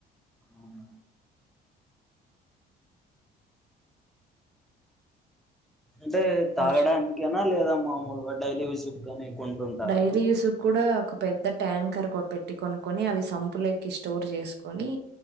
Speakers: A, in the centre; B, on the right.
A: మ్మ్ అంటే తాగడానికేనా
B: వర్ష్
A: లేదా మామూల్గ డైలీ యూజ్ గాని కొంటుంటారా
B: డైలీ
A: అండి
B: యూసు కూడా కొ పెద్ద ట్యాంకర్ కొ పెట్టి కొనుకొని అవి సంపులేకి స్టోర్ చేసుకొనీ